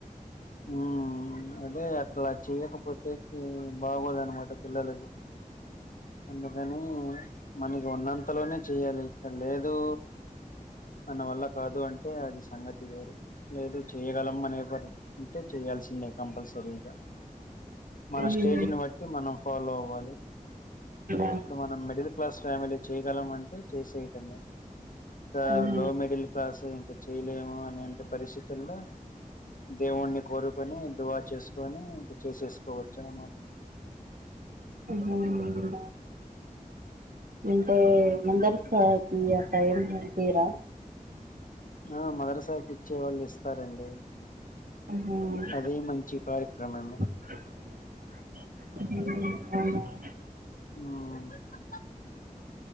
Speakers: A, on the left; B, on the right.
A: ఊ అదే అట్లా చేయకపోతే బాగోదనమాట పిల్లలకి అందుకని మనకి ఉన్నంతలోనే చెయ్యాలి ఇక్కడ లేదు మన వల్ల కాదు అంటే అది సంగతి వేరు లేదు చేయ్యగలం అనే పాటి ఉంటే చేయాల్సిందే కంపల్సరీగా మన
B: మ్మ్
A: స్టేజ్ని
B: అవునా
A: బట్టి మనం ఫాలో అవ్వాలి
B: ఆహా
A: ఇప్పుడు మనం మిడిల్ క్లాస్ ఫ్యామిలీ చేయగలం అంటే చేసేయటమే గా
B: ఆహా
A: లో మీడిల్ సు ఇంకా చెయలేము అనేంటి పరిస్థితుల్లో దేవుణ్ణి కోరుకొని దువా చేసుకొని ఇంక చేసేసుకోవచ్చు అన్నమాట
B: అమ్మ వుందినా అంటే మందర్సా <unintelligible> నేర్పిరా
A: ఆ మదర్సా కి ఇచ్చే వాళ్ళు ఇస్తారండి
B: అవునా
A: అది మంచి కార్యక్రమమే
B: ఉ అవునా
A: ఆ